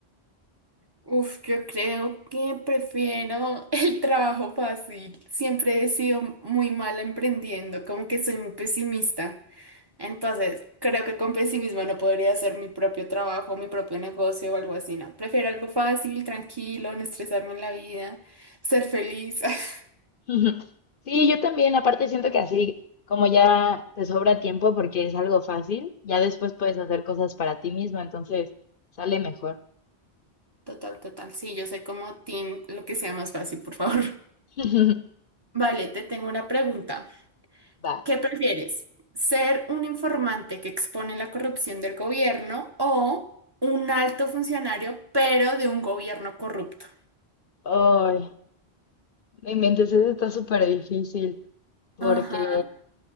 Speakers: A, on the right; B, on the left.
A: Uf, yo creo que prefiero <laughs> el trabajo fácil. Siempre he sido muy mala emprendiendo, como que soy muy pesimista. Entonces, creo que con pesimismo no podría hacer mi propio trabajo, mi propio negocio o algo así, ¿no? Prefiero algo fácil, tranquilo, no estresarme en la vida, ser feliz. <laughs>
B: <laughs> Sí, yo también. Aparte siento que así, como ya te sobra tiempo porque es algo fácil, ya después puedes hacer cosas para ti mismo, entonces sale mejor.
A: Total, total. Sí, yo soy como team, lo que sea más fácil, por favor.
B: <laughs>
A: <laughs> Vale, te tengo una pregunta.
B: Va.
A: ¿Qué prefieres? ¿Ser un informante que expone la corrupción del gobierno o un alto funcionario, pero de un gobierno corrupto?
B: Ay, no inventes, eso está súper difícil. Porque
A: Ajá.